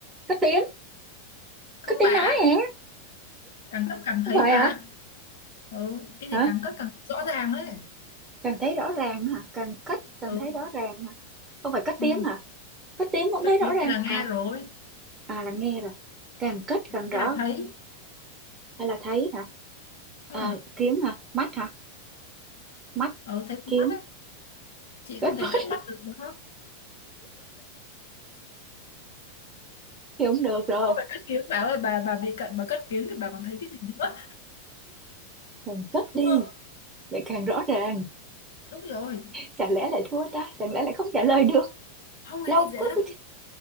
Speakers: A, on the right; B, on the left.
A: cất tiếng
B: không
A: cất tiếng
B: bà
A: nói hả
B: càng cất càng
A: không
B: thấy
A: phải
B: mà
A: hả
B: ừ cái gì
A: hả
B: càng cất càng rõ ràng ấy
A: càng thấy rõ ràng hả càng cất, càng
B: ừ,
A: thấy rõ ràng hả không phải cất
B: ừ.
A: tiếng hả cất tiếng cũng
B: cất
A: thấy rõ
B: thứ
A: ràng
B: là nghe
A: à
B: rồi
A: à là nghe rồi càng cất càng rõ
B: hay là thấy
A: hay là thấy hả
B: ừ.
A: à, kiến hả mắt hả mắt
B: ừ thấy con
A: kiến
B: mắt ấy chị không
A: cất
B: thể
A: mắt
B: cất
A: <laughs>
B: mắt được đúng
A: thì không được rồi
B: không phải cất kiếng bà ơi bà bà bị cận bà cất kiếng thì bà còn thấy cái gì nữa
A: càng cất đi
B: đúng không
A: lại càng rõ ràng
B: đúng rồi
A: chả lẽ lại thua ta chẳng lẽ lại không trả lời được
B: không
A: lâu
B: cái này dễ
A: quá
B: lắm
A: mới-